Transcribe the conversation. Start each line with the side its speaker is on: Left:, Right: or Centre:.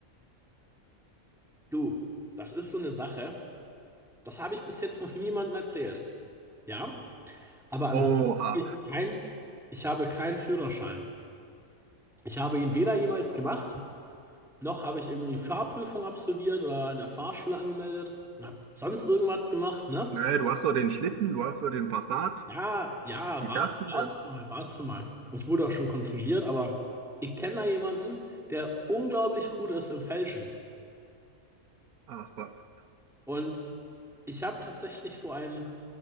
Centre: Du, das ist so eine Sache. Das habe ich bis jetzt noch niemandem erzählt. Ja, aber an
Right: Oha.
Centre: sich habe ich kein, ich habe keinen Führerschein. Ich habe ihn weder jemals gemacht, noch habe ich irgendwie Fahrprüfung absolviert oder in der Fahrschule angemeldet und habe sonst irgendwas gemacht, ne?
Right: Nee, du hast doch den Schlitten, du hast doch den Passat.
Centre: Ja, ja,
Right: Wie
Centre: warte,
Right: fährst du denn?
Centre: warte mal, warte mal. Ich wurde auch schon kontrolliert, aber ich kenne da jemanden, der unglaublich gut ist im Fälschen.
Right: Ach, was?
Centre: Und Ich habe tatsächlich so einen,